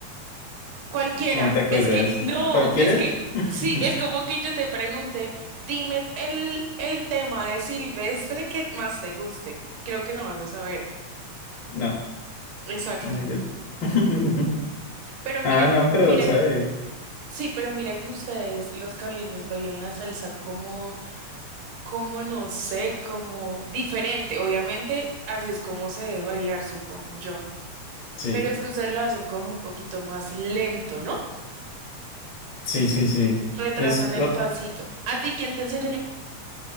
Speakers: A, on the right; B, on the left.
A: Cualquiera,
B: ¿O no te acuerdas?
A: es que no,
B: ¿A cualquiera?
A: es que
B: <laughs>
A: sí, es como que yo te pregunte, dime el, el tema de Silvestre que más te guste. Creo que no vas a saber.
B: No,
A: Exacto.
B: no me gusta. <laughs>
A: Pero
B: Ah,
A: mire,
B: no, pero
A: mira,
B: sabe.
A: sí, pero mira que ustedes, los caleños, bailan la salsa como como no sé, como diferente. Obviamente, así es como se debe bailar, supongo yo.
B: Sí,
A: Pero es que ustedes lo hacen como un poquito más lento, ¿no?
B: sí, sí, sí.
A: Retrasan
B: Es,
A: el pasito. ¿A ti quién te enseñó?